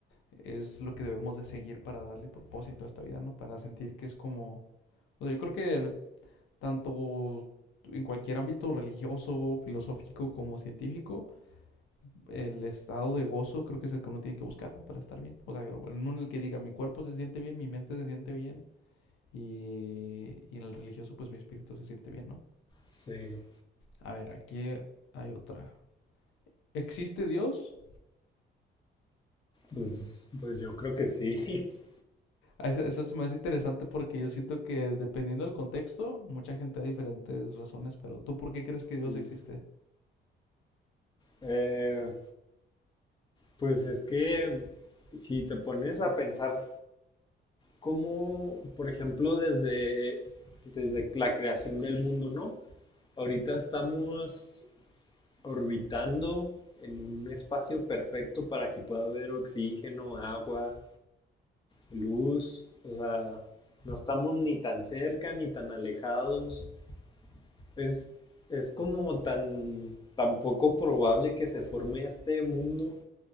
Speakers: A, on the left (about 85°); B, on the left (about 25°).
A: es lo que debemos de seguir para darle propósito a esta vida, ¿no? Para sentir que es como, o sea, yo creo que tanto en cualquier ámbito religioso, filosófico como científico, el estado de gozo creo que es el que uno tiene que buscar, ¿no? Para estar bien. O sea, uno en el que diga, mi cuerpo se siente bien, mi mente se siente bien. Y, y en el religioso, pues mi espíritu se siente bien, ¿no?
B: Sí,
A: A ver, aquí hay otra. ¿Existe Dios?
B: pues, pues yo creo que sí. <laughs>
A: Eso, eso es más interesante porque yo siento que dependiendo del contexto, mucha gente da diferentes razones, pero ¿tú por qué crees que Dios
B: Y,
A: existe?
B: eh, pues es que si te pones a pensar Cómo, por ejemplo, desde, desde la creación del mundo, ¿no? Ahorita
A: Ujú,
B: estamos orbitando en un espacio perfecto para que pueda haber oxígeno, agua, luz, o sea, no estamos ni tan cerca ni tan alejados. Es, es como tan, tan poco probable que se forme este mundo